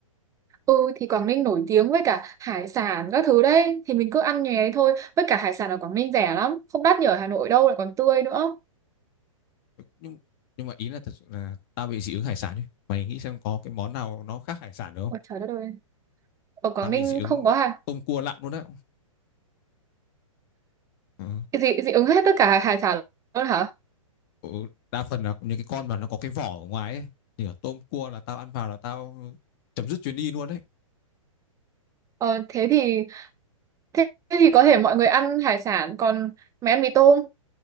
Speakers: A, on the right; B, on the left.
A: Ừ thì Quảng Ninh nổi tiếng với cả hải sản các thứ đấy thì mình cứ ăn nhè đấy thôi. Với cả hải sản ở Quảng Ninh rẻ lắm, không đắt như ở Hà Nội đâu lại còn tươi nữa.
B: Nhưng nhưng mà ý là thật sự là tao bị dị ứng hải sản ấy. Mày nghĩ xem có cái món nào nó khác hải sản được không?
A: Ôi trời đất ơi. Ở Quảng
B: Tao bị
A: Ninh
B: dị ứng
A: không có hải
B: tôm cua lặn luôn đấy. Ừ.
A: dị dị ứng hết tất cả hải sản luôn hả?
B: ừ, đa phần là những cái con mà nó có cái vỏ ở ngoài ấy như là tôm cua là tao ăn vào là tao chấm dứt chuyến đi luôn đấy
A: Ờ thế thì thế thế thì có thể mọi người ăn hải sản còn mày ăn mì tôm